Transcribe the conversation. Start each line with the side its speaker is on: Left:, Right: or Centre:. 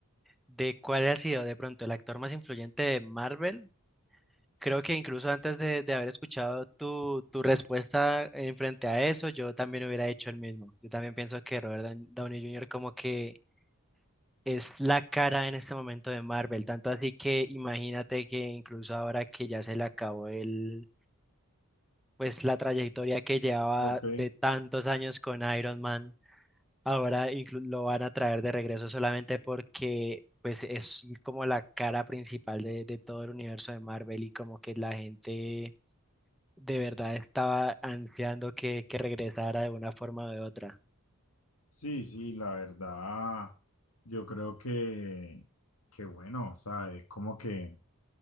Centre: de cuál ha sido de pronto el actor más influyente de Marvel, creo que incluso antes de, de haber escuchado tu, tu respuesta en frente a eso, yo también hubiera hecho el mismo. Yo también pienso que Robert Dan- Downey Jr. como que es la cara en este momento de Marvel, tanto así que imagínate que incluso ahora que ya se le acabó el, pues la trayectoria que llevaba
Left: Ok,
Centre: de tantos años con Iron Man. Ahora inclu- lo van a traer de regreso solamente porque pues es como la cara principal de, de todo el universo de Marvel y como que la gente de verdad estaba ansiando que, que regresara de una forma o de otra.
Left: sí, sí, la verdad, yo creo que, que bueno, o sea, es como que